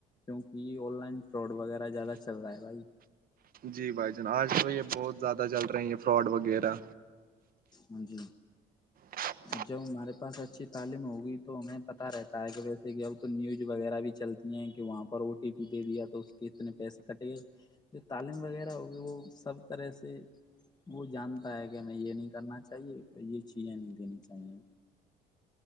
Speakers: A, on the left; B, on the right.
A: کیونکہ آن لائن فراڈ وغیرہ زیادہ چل رہا ہے بھائی
B: جی بھائی جان آج تو یہ بہت زیادہ چل رہے ہیں فراڈ وغیرہ
A: ہاں جی
B: ج
A: اور جب ہمارے پاس اچھی تعلیم ہوگی تو ہمیں پتا رہتا ہے کہ ویسے کہ اب تو نیوز وغیرہ بھی چلتی ہیں کہ وہاں پر او ٹی پی دے دیا تو اس کے اتنے پیسے کٹے گئے جو تعلیم وغیرہ ہوگی وہ سب طرح سے وہ جانتا ہے کہ ہمیں یہ نہیں کرنا چاہیے یہ چیزیں نہیں لینی چاہیے